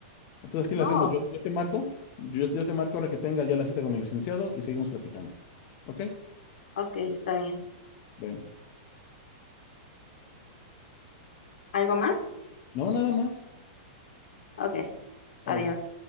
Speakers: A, on the left; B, on the left.
A: Entonces así
B: No,
A: lo hacemos. Yo, yo te marco, yo, yo te marco ahora que tenga ya la cita con el licenciado y seguimos platicando. ¿Ok?
B: ok, está bien.
A: Bueno,
B: ¿Algo más?
A: no, nada más.
B: Ok,
A: Órale.
B: adiós.